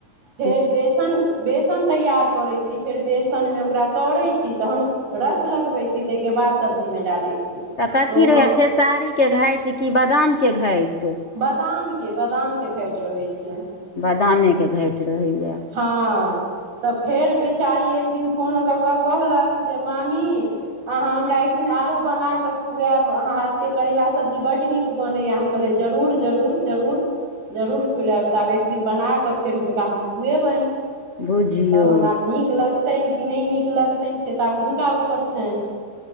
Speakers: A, on the left; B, on the right.
A: ह <inaudible>
B: फेर बेसन, बेसन तैयार करै छी, फेर बेसनमे ओकरा तरै छी, तहन रस लगबैय छी, तैय के बाद सब्जीमे डालैय छी।
A: तऽ कथी
B: ओ
A: रहैए
B: हम
A: खेसारीके घाटि की बादामके घाटि
B: बादाम के बादाम के घाटि रहै छैय।
A: बादामेके घाटि रहैय ये
B: हँ। तऽ फेर बेचारी एक दिन फोन कऽ कऽ कहलक जे मामी अहाँ हमरा एक दिन आरो बना के खुआएब अहां हाथ के करेला सब्जी बड्ड नीक बनैयैऽ हम कहलियै जरूर -जरूर- जरूर जरूर खुलाऐब। तऽ आब एक दिन बना कऽ फेर हुनका हम खुएबैन।
A: बुझियौ
B: तहन आब नीक लगतैन कि नय नीक लगतैन से तऽ आब हुनका ऊपर छैन।